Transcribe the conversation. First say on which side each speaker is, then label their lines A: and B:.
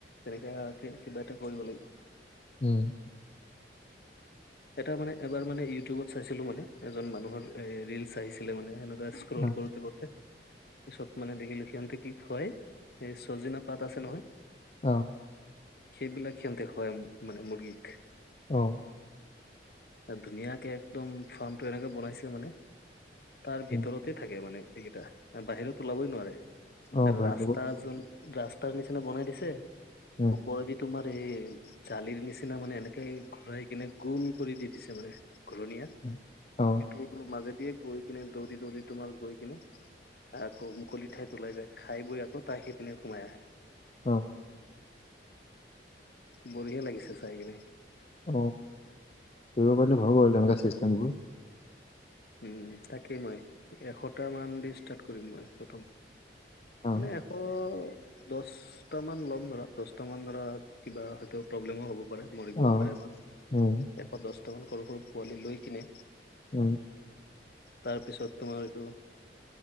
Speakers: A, on the left; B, on the left.
A: তেনেকা কিবা এটা কৰিব লাগিব।
B: উম,
A: <inaudible> এটা মানে এবাৰ মানে ইউটিউবত চাইছিলো মানে, এজন মানুহৰ এ ৰিলচ আহিছিলে মানে সেনেকুৱা ট্ৰল
B: অ
A: কৰোঁতে -কৰোঁতে পিচত মানে দেখিলোঁ হিহন্তে কি খুৱাই এ চজিনা পাত আছে নহয়
B: অ',
A: সেইবিলাক হিহন্তে খুৱাই মানে মুৰ্গীক।
B: অ',
A: তে ধুনীয়াকে একদম ফাৰ্মটো এনেকে বনাইছে মানে তাৰ ভিতৰতে
B: উম
A: থাকে মানে এইকেইটা অ, বাহিৰত ওলাবই নোৱাৰে।
B: অ ভাল
A: ৰাস্তা
B: হ'ব
A: যোন ৰাস্তাৰ নিচিনা বনাই দিছে
B: উম
A: ওপৰে দি তোমাৰ এই জালিৰ নিচিনা মানে এনেকে ঘূৰাই কিনে গোল কৰি দি দিছে মানে। ঘূৰণীয়া সেইটোৰ
B: উম, অ
A: মাজেদিয়ে গৈ কিনে দৌৰি- দৌৰি তোমাৰ গৈ কিনে আকৌ মুকলি ঠাইত ওলাই যায় খাই বৈ আকৌ তাই সি পিনে সোমাই আহে।
B: অঁ।
A: বঢ়িয়া লাগিছে চাই কিনে।
B: অঁ, কৰিব পাৰিলে ভাল বাৰু তেনেকুৱা চিষ্টেমবোৰ।
A: উম তাকেই মই এশটা মান দি ষ্টাৰ্ট কৰিম মই প্ৰথম।
B: অ
A: মানে এশ দছটা মান ল'ম ধৰা দছটা মান ধৰা কিবা হয়টো প্ৰব্লেমো হ'ব পাৰে। মৰিবও
B: অ
A: পাৰে বা
B: উম
A: এশ দছটা মান সৰু সৰু পোৱালি লৈ কিনে
B: উম।
A: তাৰপিছত তোমাৰ এইটো